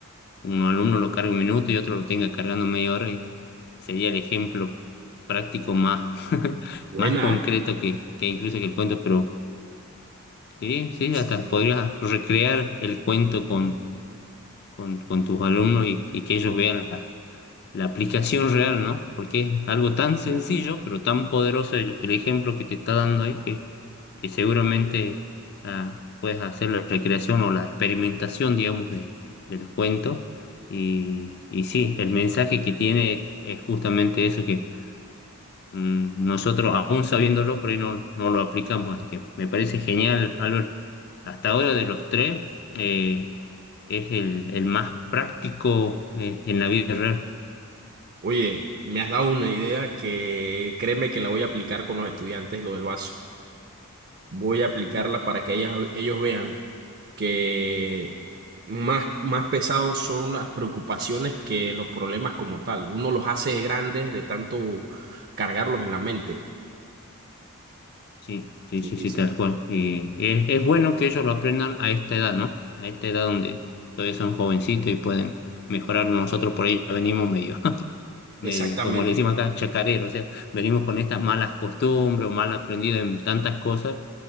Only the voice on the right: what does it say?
Buena.
¿eh?
Oye, me has dado una idea que créeme que la voy a aplicar con los estudiantes, lo del vaso. Voy a aplicarla para que ellas- ellos vean que más, más pesados son las preocupaciones que los problemas como tal. Uno los hace grandes de tanto cargarlos en la mente.
Sí,
sí,
sí.
Exactamente,